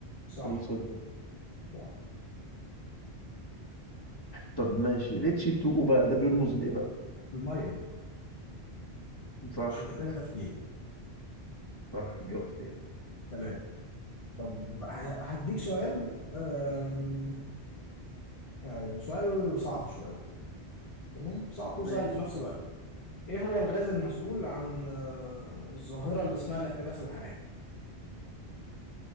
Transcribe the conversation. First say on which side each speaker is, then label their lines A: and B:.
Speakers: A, on the left; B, on the left.
A: صح
B: الصوديوم
A: صح
B: طب ماشي ليه تشي 2 بقى ده بيرمز لإيه بقى؟
A: الميه
B: صح
A: مش محتاجه تفكير
B: صح جاوبت
A: تمام طب ه- هديك سؤال آم، آه، سؤال صعب شوية تمام صعب وسهل
B: يعني.
A: في نفس الوقت ايه هو الغاز المسؤول عن آه، الظاهرة اللي اسمها الاحتباس الحراري